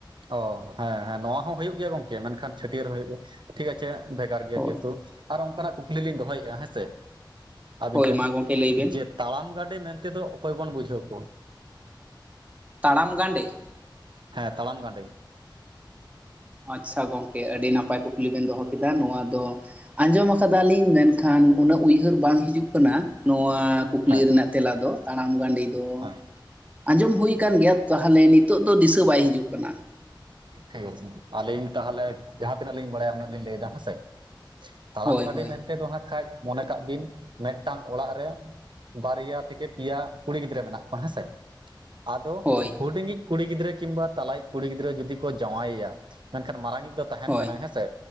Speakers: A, on the right; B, on the right.
A: ᱚ ᱦᱮᱸ ᱦᱮᱸ ᱱᱚᱣᱟ ᱦᱚᱸ ᱦᱩᱭᱩᱜ ᱜᱮᱭᱟ ᱜᱚᱝᱠᱮ ᱢᱮᱱᱠᱷᱟᱱ ᱪᱷᱟᱹᱴᱭᱟᱹᱨ ᱦᱩᱭᱩᱜ ᱫᱚ ᱾ ᱴᱷᱤᱠ ᱟᱪᱷᱮ ᱵᱷᱮᱜᱟᱨ ᱜᱮᱭᱟ
B: ᱦᱳᱭ
A: ᱡᱮᱦᱛᱩ, ᱟᱨ ᱚᱱᱠᱟ ᱱᱟᱜ ᱠᱩᱠᱞᱤ ᱞᱤᱧ ᱫᱚᱦᱚᱭᱮᱜᱼᱟ ᱦᱮᱸ ᱥᱮ ᱾ ᱟᱵᱤᱱ
B: ᱦᱳᱭ
A: ᱴᱷᱮᱱ
B: ᱢᱟ ᱜᱚᱢᱠᱮ ᱞᱟᱹᱭ ᱵᱮᱱ
A: ᱡᱮ ᱛᱟᱲᱟᱢ ᱜᱟᱰᱮ ᱢᱮᱱᱛᱮ ᱫᱚ ᱚᱠᱚᱭ ᱵᱚᱱ ᱵᱩᱡᱷᱟᱹᱣ ᱠᱚᱣᱟ ᱾
B: ᱛᱟᱲᱟᱢ ᱜᱟᱸᱰᱮ ᱾
A: ᱦᱮᱸ ᱛᱟᱲᱟᱢ ᱜᱟᱸᱰᱮ ᱾
B: ᱟᱪᱪᱷᱟ ᱜᱚᱝᱠᱮ, ᱟᱹᱰᱤ ᱱᱟᱯᱟᱭ ᱠᱩᱠᱞᱤ ᱵᱤᱱ ᱫᱚᱦᱚ ᱠᱮᱫᱟ ᱱᱚᱣᱟ ᱫᱚ ᱾ ᱟᱸᱡᱚᱢ ᱟᱠᱟᱫᱟ ᱞᱤᱧ ᱢᱮᱱᱠᱷᱟᱱ ᱩᱱᱟᱹᱜ ᱩᱭᱦᱟᱹᱨ ᱵᱟᱝ ᱦᱤᱡᱩᱜ ᱠᱟᱱᱟ, ᱱᱚᱣᱟᱼᱼ ᱚᱱᱟ ᱠᱩᱠᱞᱤ
A: ᱦᱮᱸ
B: ᱨᱮᱱᱟᱜ ᱛᱮᱞᱟ ᱫᱚ ᱛᱟᱲᱟᱢ ᱜᱟᱸᱰᱮ ᱫᱚᱼᱼ
A: ᱦᱮᱸ
B: ᱟᱸᱡᱚᱢ ᱦᱩᱭ ᱠᱟᱱ ᱜᱮᱭᱟ ᱛᱟᱦᱮᱞᱮ ᱱᱤᱛᱚᱜ ᱫᱚ ᱫᱤᱥᱟᱹ ᱵᱟᱭ ᱦᱤᱡᱩᱜ ᱠᱟᱱᱟ ᱾
A: ᱴᱷᱤᱠ ᱟᱪᱷᱮ ᱟᱹᱞᱤᱧ ᱛᱟᱦᱮᱞᱮ ᱡᱟᱦᱟᱸ ᱛᱤᱱᱟᱹᱜ ᱞᱤᱧ ᱵᱟᱲᱟᱭᱟ ᱩᱱᱟᱹᱜ ᱞᱤᱧ ᱞᱟᱹᱭᱫᱟ ᱦᱮᱸᱥᱮ ᱾ ᱛᱟᱲᱟᱢ
B: ᱦᱳᱭ
A: ᱜᱟᱸᱰᱮ
B: ᱦᱳᱭ
A: ᱢᱮᱱᱛᱮ ᱫᱚ ᱦᱟᱸᱜ ᱠᱷᱟᱸᱡ ᱢᱚᱱᱮ ᱠᱟᱜ ᱵᱤᱱ ᱢᱤᱫᱴᱟᱝ ᱚᱲᱟᱜ ᱨᱮᱼᱼ ᱵᱟᱨᱭᱟ ᱛᱷᱮᱠᱮ ᱯᱮᱭᱟ ᱠᱩᱲᱤ ᱜᱤᱫᱽᱨᱟᱹ ᱢᱮᱱᱟᱜ ᱠᱚᱣᱟ ᱦᱮᱸ ᱥᱮ ᱾ ᱟᱫᱚ
B: ᱦᱳᱭ
A: ᱦᱩᱰᱤᱧᱤᱡ ᱠᱩᱲᱤ ᱜᱤᱫᱽᱨᱟᱹ ᱠᱤᱱᱵᱟ ᱛᱟᱞᱟᱭᱤᱡ ᱠᱩᱲᱤ ᱜᱤᱫᱽᱨᱟᱹ ᱡᱩᱫᱤ ᱠᱚ ᱡᱟᱶᱟᱣ ᱮᱭᱟᱼᱼ ᱢᱮᱱᱠᱷᱟᱱ ᱢᱟᱨᱟᱝ ᱤᱡ ᱫᱚ ᱛᱟᱦᱮᱱ
B: ᱦᱳᱭ
A: ᱠᱟᱱᱟᱭ ᱦᱮᱸᱥᱮ,